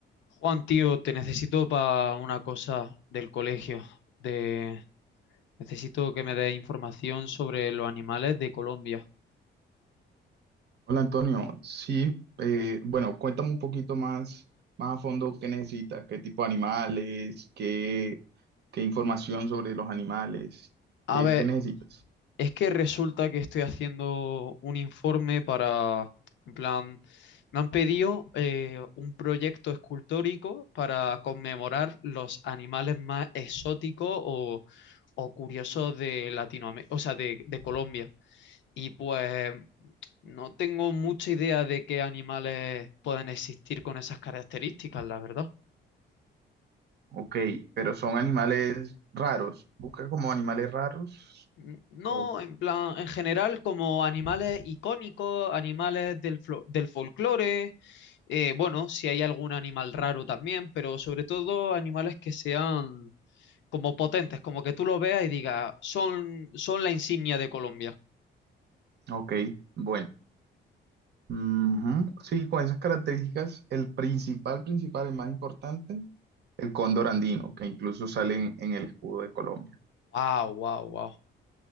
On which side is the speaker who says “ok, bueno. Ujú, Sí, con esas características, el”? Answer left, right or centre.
Right